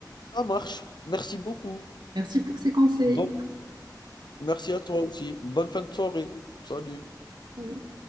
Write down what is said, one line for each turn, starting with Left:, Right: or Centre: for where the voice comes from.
Left: Ça marche. Merci beaucoup.
Right: Merci pour ces conseils.
Left: Bonne Merci à toi aussi. Bonne fin de soirée. Salut.
Right: À-